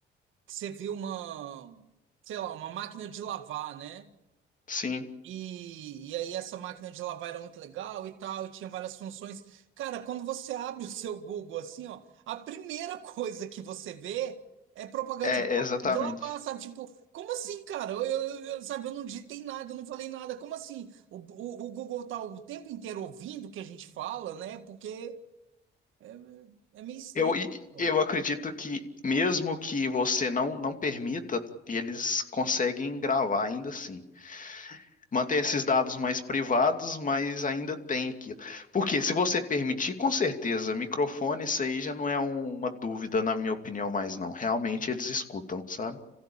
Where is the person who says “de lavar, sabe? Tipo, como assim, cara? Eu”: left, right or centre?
Right